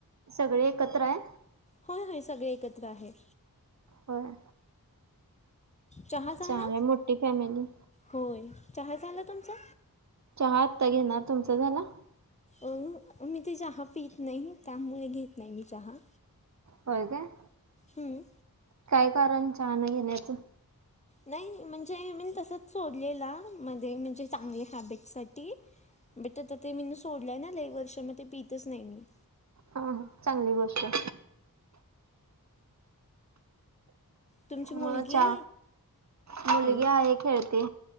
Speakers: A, on the right; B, on the left.
A: सगळे एकत्र आहे
B: होय, होय सगळे एकत्र आहेत
A: होय
B: चहा झाला
A: चांगली मोठी फॅमिली
B: होय चहा झाला तुमचा
A: चहा आत्ता घेणार तुमचा झाला?
B: अ मी ते चहा पीत, नाही त्यामुळे घेत नाही मी चहा
A: होय काय
B: हम्म
A: काय कारण चाहना घेण्याचं
B: नाही म्हणजे मी तसच सोडलेला मध्ये म्हणजे चांगली हॅबिट साठी बट आता ते मी सोडलंय ना आला एक वर्ष म ते पितच नाही मी
A: हा चांगली गोष्टय
B: तुमची मुलगी
A: म च मुलगी
B: हॅलो
A: आहे खेळते